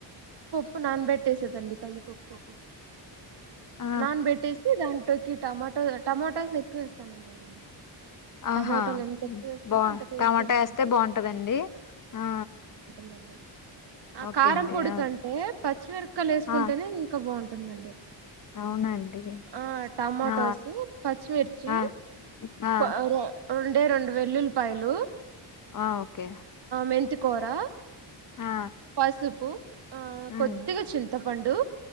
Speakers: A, on the right; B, on the left.
A: ప్పు నానబట్టేసేదండి కందిపప్పు
B: ఆ
A: నానబెట్టెస్ దాంట్లోకి టమాటో టమాటోస్ ఎక్కువేస్తానండి నేను
B: ఆహా
A: టమోటాలు ఎంత ఎక్కువ వేసుకుంటే
B: బా
A: అంత టేస్ట్
B: టమాటా
A: ఉంటుంది
B: ఎస్తే బావుంటదండి ఆ
A: దండి అ
B: ఓకే
A: కారం
B: అండి
A: పొడికంటే
B: ఆ
A: పచ్చిమిరకయలు ఎసుకుంటేనే
B: ఆ
A: ఇంకా బావుంటుందండి
B: అవునండి
A: ఆ టమాటోస్
B: ఆ
A: పచ్చిమిర్చి
B: ఆ ఆ
A: ప రె రెండే రెండు వెల్లుల్లిపాయలు
B: ఆ ఓకె
A: మెంతికోరా
B: ఆ
A: పసుపు ఆ
B: ఉమ్
A: కొద్దిగ చింతపండు